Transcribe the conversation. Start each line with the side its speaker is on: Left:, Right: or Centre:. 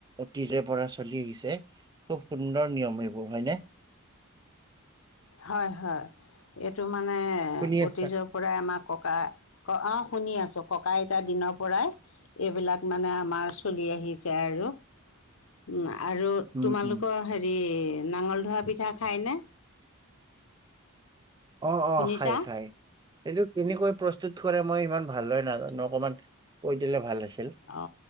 Right: অতীজ পৰা চলি আহিছে খুব সুন্দৰ নিয়ম এইবোৰ হয়নে।
Left: হয় - হয় এইটো মানে
Right: শুনি আছা
Left: অতীজগ পৰাই আমাৰ ককা অ, শুনি আছো ককা আইতা দিনৰ পৰাই এইবিলাক মানে আমাৰ চলি আহিছে আৰু উম, আৰু।
Right: উম
Left: তোমালোকৰ
Right: উম
Left: হেৰি নাঙল ধোৱা পিঠা খাইনে।
Right: অ', অ',
Left: শুনিছা
Right: খায় - খায়। সেইটো কেনেকৈ প্ৰস্তুত কৰে মই ইমান ভালদৰে নাজানো অকণমান কৈ দিলে ভাল আছিল?
Left: অ,